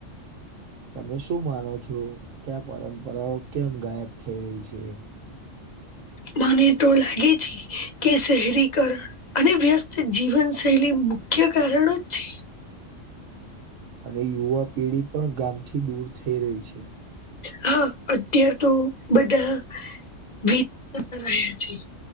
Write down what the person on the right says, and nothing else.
તમે શું માનો છો ક્યા પરંપરાઓ કેમ ગાયબ થઈ રહી છે.
અને યુવા પેઢી પણ ગામથી દૂર થઈ રહી છે.